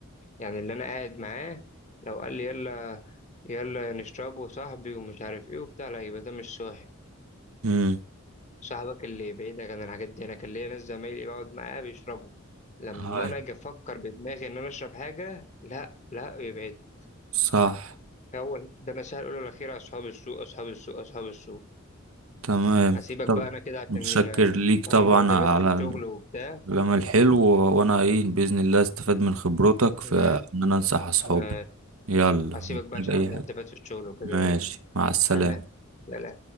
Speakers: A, on the left; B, on the right.
A: يعني اللي أنا قاعد معاه لو قال لي يلا يلا نشرب وصاحبي ومش عارف إيه وبتاع لا يبقى ده مش صاحب
B: امم
A: صاحبك اللي بعيدك عن الحاجات دي أنا كان ليا ناس زمايلي بقعد معاه بيشربوا لما
B: هاي
A: أنا أجي أفكر بدماغي إن أنا أشرب حاجة لا لا يبعد
B: صح
A: هو ده النصيحة الأولى والأخيرة أصحاب السوء أصحاب السوء أصحاب السوء
B: تمام
A: هسيبك
B: طب
A: بقى أنا كده عشان
B: متشكر
A: إن-
B: ليك طبعا
A: عندي حسابات
B: على
A: في الشغل وبتاع
B: كلام الحلو وانا ايه باذن الله استفاد من خبرتك في
A: ما-
B: ان انا انصح اصحابي
A: ما-
B: يلا
A: هسيبك
B: محتاج
A: بقى عشان عندي
B: اي حاجه
A: حسابات في الشغل وكده
B: ماشي
A: يلا
B: مع السلامه
A: سلام سلام